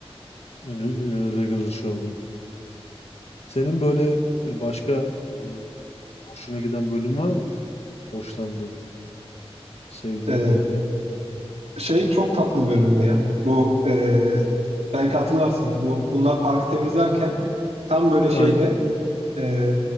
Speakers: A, on the left (about 75°); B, on the right (about 85°).
A: e, Regular Show'un. Senin böyle e, başka e, hoşuna giden bölüm var mı? Hoşlandın. Sevdiğin
B: E,
A: yani.
B: şey çok tatlı bir bölümdü ya. Bu e, belki hatırlarsın. Bu bunlar parkı temizlerken tam böyle şeyde
A: Aynen.
B: e,